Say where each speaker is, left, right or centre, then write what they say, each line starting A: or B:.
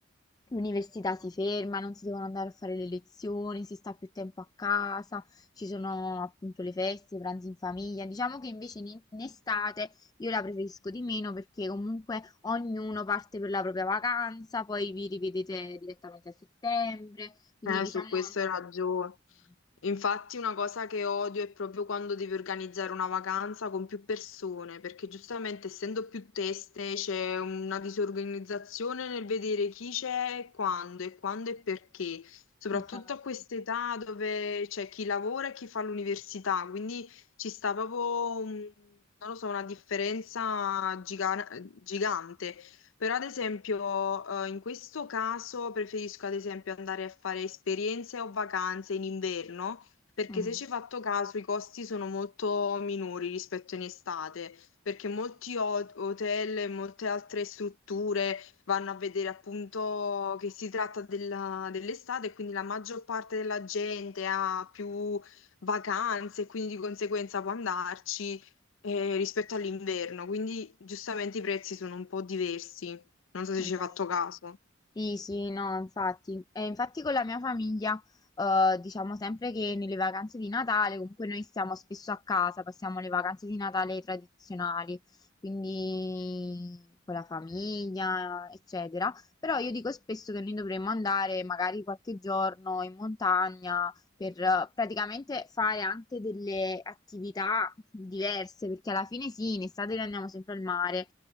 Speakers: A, on the left; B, on the left.
A: l'università si ferma, non si devono andare a fare le lezioni, si sta più tempo a casa, ci sono appunto le feste, i pranzi in famiglia. Diciamo che invece in in estate... Io la preferisco di meno perché comunque ognuno parte per la propria vacanza, poi vi rivedete direttamente a settembre, quindi
B: Eh,
A: diciamo...
B: su questo
A: è un
B: hai ragione.
A: po', mm,
B: Infatti una cosa che odio è proprio quando devi organizzare una vacanza con più persone, perché giustamente essendo più teste c'è una disorganizzazione nel vedere chi c'è e quando e quando e perché, soprattutto
A: Esatto.
B: a quest'età dove c'è chi lavora e chi fa l'università, quindi ci sta proprio, un- non lo so, una differenza giga- gigante. Però ad esempio, eh, in questo caso preferisco ad esempio andare a fare esperienze o vacanze in inverno, perché
A: Mhm,
B: se ci hai fatto caso i costi sono molto minori rispetto in estate, perché molti ho- hotel e molte altre strutture vanno a vedere appunto che si tratta della- dell'estate e quindi la maggior parte della gente ha più vacanze e quindi di conseguenza può andarci eh, rispetto all'inverno, quindi giustamente i prezzi sono un po' diversi. Non so se
A: Esatto.
B: ci hai fatto caso.
A: Sì, sì, no, infatti. E infatti con la mia famiglia, eh, diciamo sempre che nelle vacanze di Natale, comunque noi stiamo spesso a casa, passiamo le vacanze di Natale tradizionali, quindi con la famiglia, eccetera. Però io dico spesso che noi dovremmo andare magari qualche giorno in montagna per eh, praticamente fare anche delle attività diverse, perché alla fine sì, in estate noi andiamo sempre al mare.